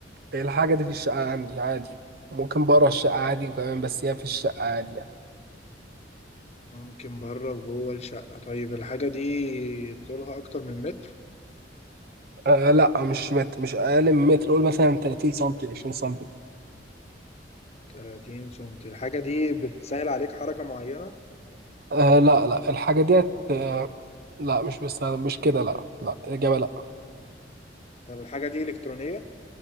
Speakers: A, on the right; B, on the left.
A: الحاجة دي في الشقة عندي عادي ممكن بره الشقة عادي وكمان بس هي في الشقة عادي يعني
B: ممكن بره وجوه الشقه طيب الحاجه دي طولها اكتر من متر
A: آه لا مش مت مش أقل من متر قول مثلا 30 سنتي 20 سنتي
B: 30 سنتي الحاجه دي بتسهل عليك حركه معينه
A: آه لا لا الحاجة ديت آه لا مش بستخدم مش كده لا لا الإجابة لا
B: طب الحاجه دي الكترونيه